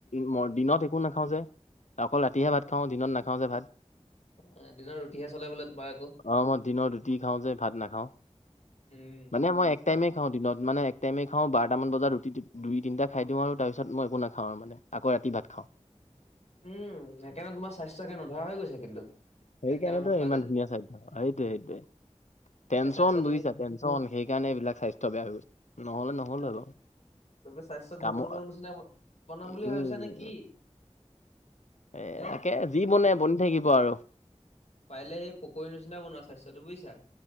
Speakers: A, on the left (about 80°); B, on the left (about 65°).
A: ম দিনত একো নাখাওঁ যে অকল ৰাতিহে ভাত খাওঁ দিনত নাখাওঁ যে ভাত
B: অ, দিনৰ ৰুটিহে চলে বোলে তোমাৰ আকৌ
A: আহ মই দিনৰ ৰুটি খাওঁ যে ভাত নাখাওঁ
B: উম
A: মানে মই এক
B: বাচ-
A: টাইমে খাওঁ দিনত মানে টাইমে খাওঁ বাৰটামান বজাত ৰুটটো দুই তিনিটা খাই দিওঁ আৰু তাৰপিছত মই একো নাখাওঁ আৰু মানে আকৌ ৰাতি ভাত খাওঁ
B: উম সেইকাৰণে তোমাৰ স্বাস্থ্য একে নধৰা হৈ গৈছে কিন্তু
A: সেইকাৰণেতো
B: এক টাইমে ভাত খোৱা
A: ইমান
B: যে
A: ধুনীয়া সাধ্য সেইটোৱে সেইটোয়ে
B: একে
A: টেনশচন
B: স্বাস্থ্য তুমি
A: বুজিছা টেনন সেই কাৰণ এইবিলাক স্বাস্থ্য বেয়া হৈ গৈছে নহ'লে নহ'ল
B: অ
A: হয় বাৰু
B: তপি স্বাস্থ্য ধেনু
A: কামৰ
B: লৰ নিচিনা বনাম
A: উম
B: বুলি ভাবিছ নে কি
A: এ
B: হে
A: তাকে যি বনে বনি থাকিব আৰু
B: পাৰে এই পকৰীৰ নিচনা বনোৱা স্বাস্থ্যটো বুজিছা।